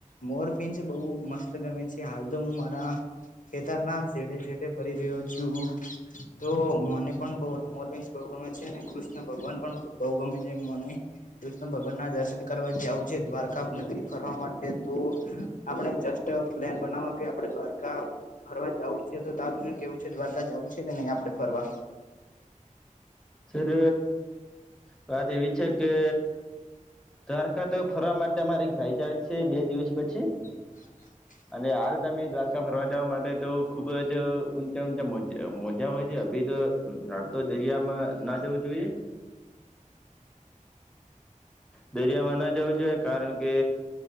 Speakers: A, on the left; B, in the centre.
A: મોરપિંછ બહુ મસ્ત ગમે છે હાલ તો હું મારા ખેતરના જેટે જેટે ફરી રહ્યો છું તો મને પણ બઉ મોર મોરપીંછ બહુ ગમે છે અનેને કૃષ્ણ ભગવાન પણ બહુ ગમે જે મને કૃષ્ણ ભગવાન ના દર્શન કરવા જવું છે દ્વારકા નગરી ફરવા માટે તો આપડે જસ્ટ પ્લાન બનાવ કે આપડે દ્વારકા ફરવા જવું છે તો તારું શ કેવું છે છે દ્વારકા જવું છે કે નહી આપડે ફરવા
B: અરર વાત એવી છે કે દ્વારકા તો ફરવા માટે અમારે એક ભાઈ જાય છે બે દિવસ પછી
A: <inaudible>
B: અને હાલ તમે દ્વારકા ભરવા જવા માટે તો ખૂબ જ ઊંચા ઊંચા મોજા મોજા હોય છે અ બી તો હાલ તો દરિયામાં ના જવું જોઈએ દરિયામાં ન જવું જોઈએ કારણ કે